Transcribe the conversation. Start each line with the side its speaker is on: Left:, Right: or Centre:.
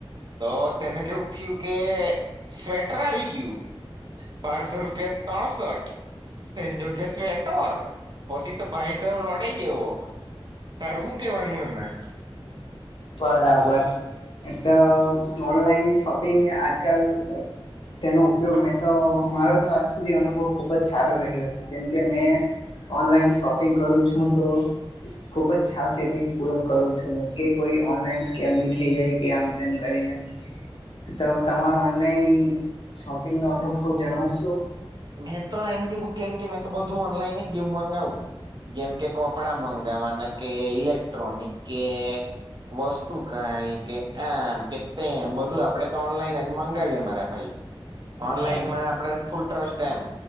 Right: તો તેને કેવું થયું કે સ્વેટર આવી ગયું. બારસો રૂપિયા ત્રણસઠ સે જોગસ વેટર પછી તો ભાઈ તો રોડે ગયોો. તારું શું કેવાનું એમાં
Left: બરાબર એ તો ઓનલાઈન શોપિંગ આજકાલ. તેનો ઉપયોગ મેં તો મારો તો આજ સુધી અનુભવ ખુબ જ સારો રહ્યો છે કેમકે મેં ઓનલાઈન શોપિંગ કરું છું તો ખુબ જ સાવચે પૂ કરું છું કે. કોઈ ઓનલાઈન કેમ થઇ જાય કે આમ તેમ કરીને. તો હ તમારા ઓનલાઈન શોપિંગનો અનુભવ જણાવશો.
Right: મેં તો એમ જેવ કેમ કે મેં તો બધું ઓનલાઈન જ જેવું ગાવું. જેમ કે કપડા મંગાવવાના કે ઇલેક્ટ્રોનિક કે વસ્તુ કઈ કે આમ કે તે એમ બધું આપડે તો ઓનલાઈન જ મંગાવીએ મારા. ભાઈ
Left: બરાબર
Right: ઓનલાઈનમાં આપડ ફૂલ ટ્રસ્ટ એમ.